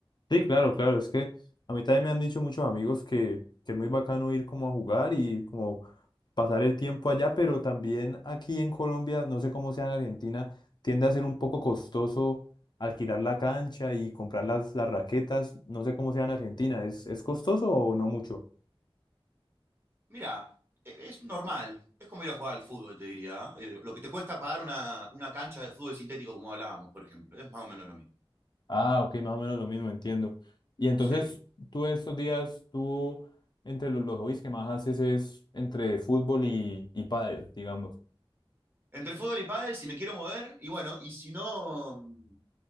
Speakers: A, on the left; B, on the right.
A: Sí, claro, claro, es que a mí también me han dicho muchos amigos que, que es muy bacano ir como a jugar y como pasar el tiempo allá, pero también aquí en Colombia, no sé cómo sea en Argentina, tiende a ser un poco costoso alquilar la cancha y comprar las, las raquetas, no sé cómo sea en Argentina, ¿es, es costoso o no mucho?
B: Mira, e- es normal. Es como ir a jugar al fútbol, te diría. ¿eh? Eh, Lo que te cuesta pagar una, una cancha de fútbol sintético, como hablábamos, por ejemplo. Es más o menos lo mismo.
A: Ah, ok, más o menos lo mismo, entiendo. Y entonces,
B: Sí.
A: tú estos días, tú, entre los, los hobbies que más haces es entre fútbol y, y pádel, digamos.
B: Entre fútbol y pádel, si me quiero mover, y bueno, y si no, mm,